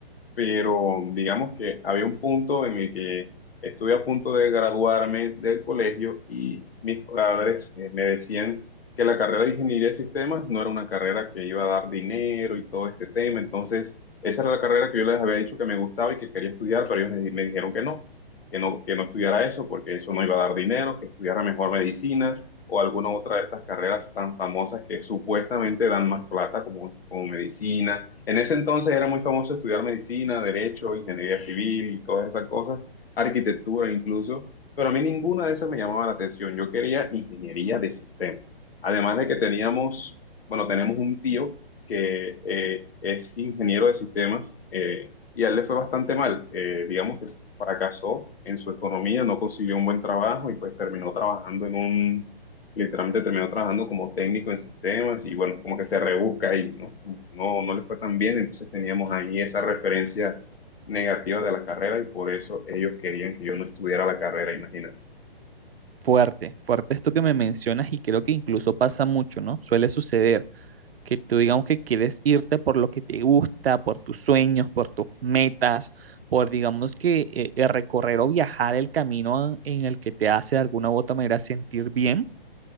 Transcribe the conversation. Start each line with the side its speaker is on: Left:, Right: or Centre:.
Left: pero digamos que había un punto en el que estuve a punto de graduarme del colegio y mis padres eh, me decían que la carrera de ingeniería de sistemas no era una carrera que iba a dar dinero y todo este tema, entonces esa era la carrera que yo les había dicho que me gustaba y que quería estudiar, pero ellos me, di- me dijeron que no, que no, que no estudiara eso porque eso no iba a dar dinero, que estudiara mejor medicina o alguna otra de estas carreras tan famosas que supuestamente dan más plata como, como medicina en ese entonces era muy famoso estudiar medicina, derecho, ingeniería civil y todas esas cosas, arquitectura incluso, pero a mí ninguna de esas me llamaba la atención. Yo quería ingeniería de sistemas. Además de que teníamos, bueno, tenemos un tío que eh, es ingeniero de sistemas eh, y a él le fue bastante mal. Eh, digamos que fracasó en su economía, no consiguió un buen trabajo y pues terminó trabajando en un literalmente terminó trabajando como técnico en sistemas y bueno, como que se rebusca ahí, ¿no? Como que No, no le fue tan bien, entonces teníamos ahí esa referencia negativa de la carrera y por eso ellos querían que yo no estudiara la carrera, imagínate.
Right: Fuerte, fuerte esto que me mencionas y creo que incluso pasa mucho, ¿no? Suele suceder que tú digamos que quieres irte por lo que te gusta, por tus sueños, por tus metas, por digamos que eh, eh, recorrer o viajar el camino en el que te hace de alguna u otra manera sentir bien,